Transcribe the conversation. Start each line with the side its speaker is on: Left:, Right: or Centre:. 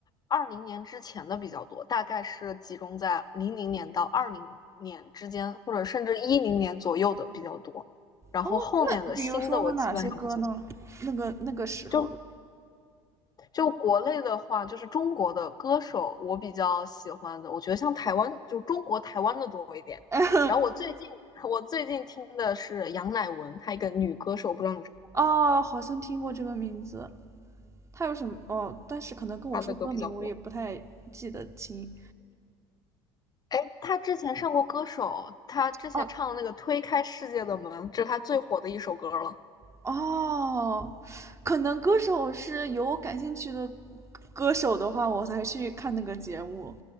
Left: 二零年之前的比较多，大概是集中在零零年到二零年之间，或者甚至一零年左右的比较多。然后后面的新的我基本上不怎么，
Right: 哦，那比如说呢，哪些歌呢？那个那个时候的。
Left: 就就国内的话，就是中国的歌手，我比较喜欢的，我觉得像台湾，就中国台湾的多一点。
Right: <laughs>
Left: 然后我最近我最近听的是杨乃文，她一个女歌手，不知道你
Right: 哦，好像听过这个名字。他有什么？哦，但是可能跟我说歌名，
Left: 她的歌比较多。
Right: 我也不太记得清。
Left: 哎，她之前上过歌手，她之前唱的那个《推开世界的门》，
Right: 哦，
Left: 这是她最火的一首歌了。
Right: 哦，可能歌手是有我感兴趣的歌手的话，我才去看那个节目。